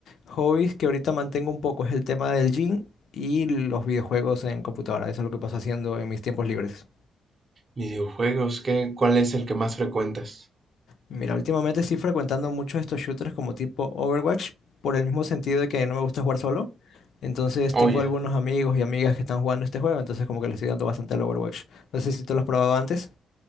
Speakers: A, on the left; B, on the right.
A: Hobbies que ahorita mantengo un poco es el tema del gym y los videojuegos en computadora. Eso es lo que paso haciendo en mis tiempos libres.
B: Videojuegos, ¿qué? ¿Cuál es el que más frecuentas?
A: Mira, últimamente estoy frecuentando mucho estos shooters como tipo Overwatch, por el mismo sentido de que no me gusta jugar solo. Entonces
B: Oye,
A: tengo algunos amigos y amigas que están jugando este juego, entonces como que le estoy dando bastante al Overwatch. No sé si tú lo has probado antes.